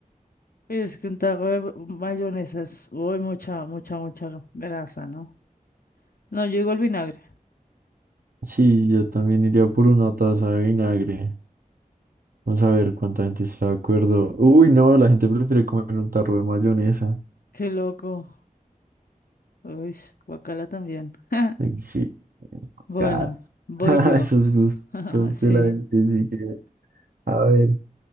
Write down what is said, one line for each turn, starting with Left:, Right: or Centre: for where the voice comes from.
Left: es que un taco de mayonesa es uy, mucha, mucha, mucha grasa, ¿no? No, yo digo el vinagre.
Right: Sí, yo también iría por una taza de vinagre. Vamos a ver cuánta gente está de acuerdo. Uy, no, la gente prefiere comer un tarro de mayonesa.
Left: Qué loco. Uy, guacala también. <laughs>
Right: Ay, Sí,
Left: Bueno,
Right: gas.
Left: voy
Right: <laughs>
Left: yo.
Right: Esos gustos
Left: <laughs> Sí,
Right: de la gente, sí que- A ver,